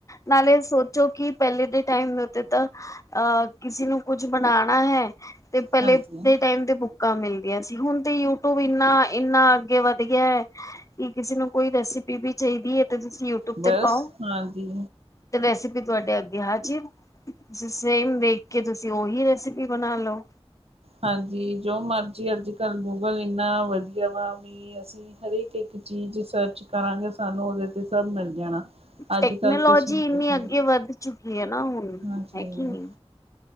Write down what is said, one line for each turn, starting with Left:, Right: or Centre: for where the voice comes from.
Left: ਨਾਲੇ ਸੋਚੋ ਕਿ ਪਹਿਲੇ ਦੇ ਟਾਈਮ ਦੇ ਉੱਤੇ ਤਾਂ ਅਹ ਕਿਸੇ ਨੂੰ ਕੁੱਝ ਬਣਾਣਾ ਹੈ ਤੇ ਪਹਿਲੇ
Right: ਹਾਂਜੀ।
Left: ਦੇ ਟਾਈਮ ਤੇ <unintelligible> <unintelligible> ਮਿਲ ਗਯਾ ਸੀ ਹੁਣ ਤੇ ਯੂਟਊਬ ਇੰਨਾ ਇੰਨਾ ਅੱਗੇ ਵੱਧ ਗਯਾ ਹੈ ਕਿ ਕਿਸੇ ਨੂੰ ਕੋਈ ਰੈਸਿਪੀ ਵੀ ਚਾਹੀਦੀ ਹੈ ਤੇ ਤੁਸੀਂ ਯੂਟਿਊਬ
Right: ਬਸ
Left: ਤੇ ਪਾਓ
Right: ਹਾਂਜੀ।
Left: ਤੇ ਰੈਸਪੀ। ਤੁਹਾਡੇ ਅੱਗੇ ਹਾਜਿਰ ਤੇ ਸੇਮ ਦੇਖ ਕੇ ਤੁਸੀਂ ਉਹੀ ਰੈਸਿਪੀ ਬਣਾ ਲਓ।
Right: ਹਾਂਜੀ ਜੋ ਮਰਜੀ ਅੱਜ ਕੱਲ ਗੂਗਲ ਇੰਨਾ ਵਧੀਆ ਵਾ ਵੀ ਅਸੀਂ ਹਰੇਕ ਇੱਕ ਚੀਜ਼ ਸਰਚ ਕਰਾਂਗੇ ਸਾਨੂੰ ਉਹਦੇ ਤੇ ਸਭ ਮਿਲ ਜਾਣਾ। ਅੱਜ
Left: ਟੈਕਨੋਲੋਜੀ
Right: ਕੱਲ ਕਿਸੇ ਨ
Left: ਇੰਨੀ
Right: ਪੁੱਛ ਲੋ
Left: ਅੱਗੇ ਵੱਧ ਚੁੱਕੀ ਹੈ ਨਾ ਹੁਣ
Right: ਹਾਂਜੀ।
Left: ਹੈ ਕਿ ਨਹੀਂ